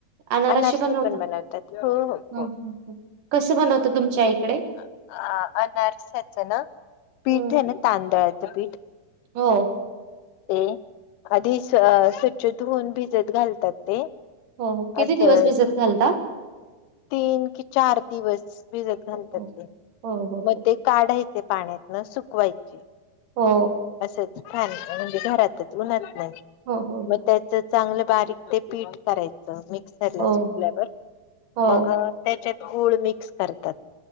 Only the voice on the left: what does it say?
अनारसेी
पण बनवतात हो हो
हो
अ अनारसाच ना पीठ
आहे ना तांदळाचं पीठ
ते आधी स्व स्वच्छ धुवन भिजत घालतात ते
असं
तीन कि चार दिवस भिजत घालतात
ते
मग
ते काढायचे. ते पाण्यातन सुकवायचे.
असंच खान म्हणजे घरातच उन्हत नाही
मग त्याचच चांगलं बारीक ते पीठ करायचं मिक्सरला
सुकल्यावर
मग त्याच्यात गळ मिक्स करतात